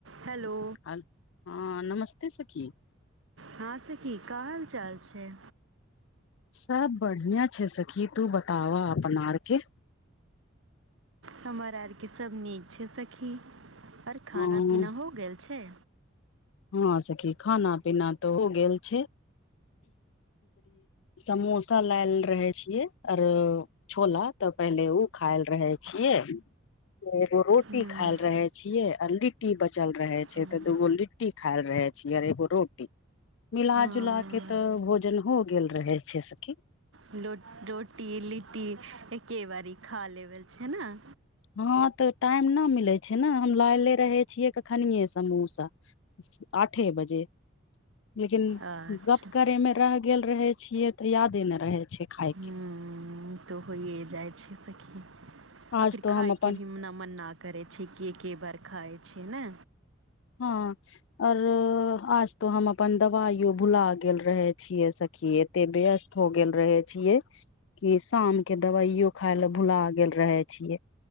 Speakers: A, on the right; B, on the left.
A: <inaudible> hello
B: हाल हँ नमस्ते सखी
A: हँ सखी का हाल चाल छै
B: सब बढ़िया छै सखी तू बताव अपन आर के
A: हमर आरके सब नीक छै सखी ओर खाना
B: ह
A: पीना हो गेल छै
B: हँ सखी खाना पीना तऽ हो गेल छै समोसा लायल रहै छियै अरो छोला तऽ पहिले उ खायल रहै छियै एगो रोटी
A: हम्म,
B: खायल रहे छिये आ लिट्टी बचल रहे छैय
A: हम्म,
B: त दूगो लिट्ट टी खाइल रहे छी अर एगो रोटी मिला
A: हाँ
B: जुला के त भोजन हो गेल रहै छैय सखी
A: लो रोटी लिट्टी एके बारी खा लेबल छैय न
B: हँ त टाइम न मिले छैय न हम लायले रहे छिय कखनियेस मुसा आठे बजे लेकिन
A: अच्छा
B: गप करे में रह गेल रहे छिये त यादे नय रहे छै खाय
A: हूँ
B: के
A: ऊत होइए जाइ छैय सखी
B: आज
A: आ फिर
B: तो
A: खायके
B: हम अपन
A: भी न मन न करै छैय कि एके बार खाय छी ने
B: हँ आर आज तो हम अपन दवाइयो भुला गेल रहय छियै सखीये तें व्यस्त हो गेल रहे छियै कि शाम के दवाइयो खाय लऽ भुला गेल रहय छियै